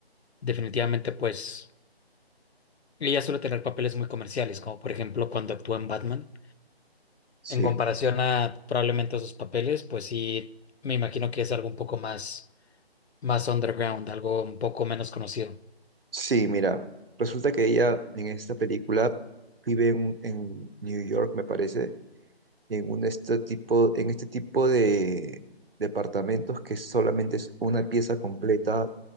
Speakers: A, on the left; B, on the right.
A: definitivamente pues ella suele tener papeles muy comerciales, como por ejemplo cuando actuó en Batman.
B: Sí,
A: En comparación a probablemente a sus papeles, pues sí, me imagino que es algo un poco más, más underground, algo un poco menos conocido.
B: sí, mira, resulta que ella en esta película vive en, en New York, me parece, en un este tipo, en este tipo de departamentos que solamente es una pieza completa